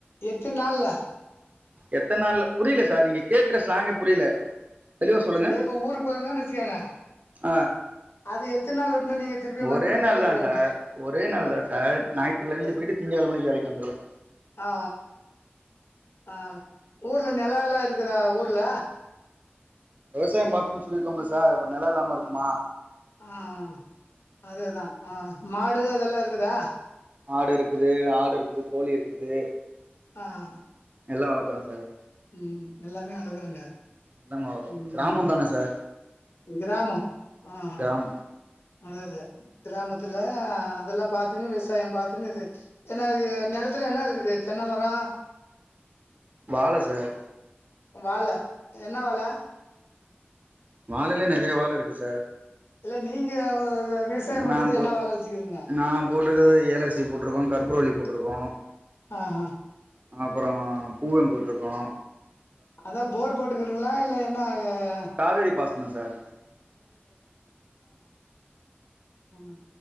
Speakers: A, on the left (about 75°); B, on the right (about 40°).
A: எத்தின் நாள்ல
B: எத்தன நாள் புரியல சார் நீங்க கேக்குற ஸ்லாங்கே புரியல தெளிவா சொல்லுங்க
A: நீங்க இப்ப ஊருக்கு போங்க வச்சுக்கோங்க
B: ஆ
A: அது எத்தன நாள் உடன நீங்க திருப்பி
B: ஒரே
A: மறுபடியு
B: நாள்
A: வேலைக்கு
B: தான்
A: போவங்க
B: சார் ஒரே நாள் தான் சார் ஞாயி்றுக்கிழமைக்கு
A: ஒரு
B: போயிட்டு திங்கட்கிழமை அன்னைக்கு வேலைக்கு வந்துருவேன்
A: ஆ ஆ ஊர்ல நிலம்லாம் இருக்குதா ஊர்ல
B: விவசாயம் பாத்தோம்ன்னு சொல்லிருக்கோம்ள சார் இப்ப நிலம் இல்லாம இருக்குமா
A: ஆஹ் அதுதான் ஆஹ் மாடு அதெல்லாம் இருக்குதா
B: ஆடு இருக்குது ஆடு இருக்குது கோழி இருக்குது
A: ஆஹ்
B: எல்லாம் வளர்க்கறோம் சார்
A: உம் எல்லாமே வழகுறீங்க
B: எல்லாமே வளர்க்குறோ
A: உம்
B: கிராமம்
A: உம்
B: தானே சார்
A: கிராமம் ஆஹ்
B: கிராமம்
A: ஆஹ் அதது கிராமத்தில் அதெல்லாம் பார்த்துன்னு விவசாயம் பார்த்துன்னு இது என்னக்கு நிலத்துல என்ன இருக்குது அது தென்ன மரம்
B: வாழை சார்
A: வாழை என்ன வாழை
B: வாழையில நிறைய வாழை இருக்கு சார்
A: இல்ல நீங்க விவசாயம் பண்றது
B: நான் போ
A: என்ன வாழ வச்சுக்கிறீங்க
B: நான் போட்டிருக்கது ஏலரிசி போட்டிருக்கோம் கருற்பூரவல்லி போட்டிரு இருக்கும்
A: ஆஹ் ஆஹ்
B: அப்பறம் பூவும் போட்ருக்கோம்
A: அதா போர் போட்டுக்கறங்களா இல்ல என்ன ஆஹ்
B: காவேரி பாசனம் சார்
A: உம்